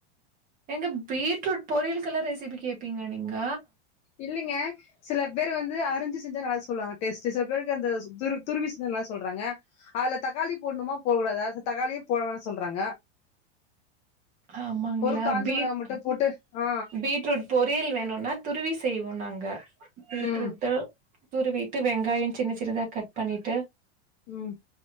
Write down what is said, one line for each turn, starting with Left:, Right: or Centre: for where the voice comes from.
Right: ஏங்க பீட்ரூட் பொரியல்கெல்லா ரெசிபி கேப்பீங்களா நீங்க
Left: இல்லைங்க சில பேரு வந்து அரிஞ்சு செஞ்சா நல்லாயிருக்கு சொல்லுவாங்க டேஸ்ட் சில பேருக்கு அந்த துருவி செஞ்ச நல்லா சொல்றாங்க அதுல தக்காளி போட்ணுமா போடகுடாதா தக்காளியே போடவேன்னா சொல்றாங்க
Right: ஆமாங்களா?
Left: ஒரு காஞ்ச
Right: பீட்
Left: மிளகா மட்டு போட்டு ஆ
Right: பீட்ரூட் பொரியல் வேணும்னா துருவி செய்வோ நாங்க பீட்ரூட்டு
Left: ம்
Right: துருவிட்டு வெங்காயோ சின்ன சின்னதா கட் பண்ணிட்டு
Left: ம்